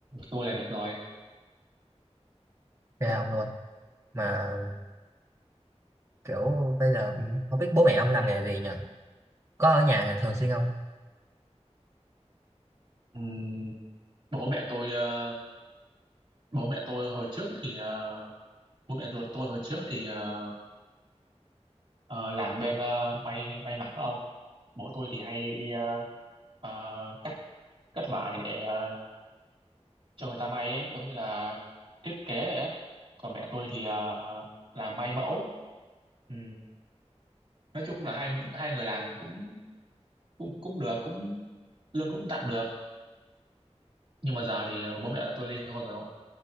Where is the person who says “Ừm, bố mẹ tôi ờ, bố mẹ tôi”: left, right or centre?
Right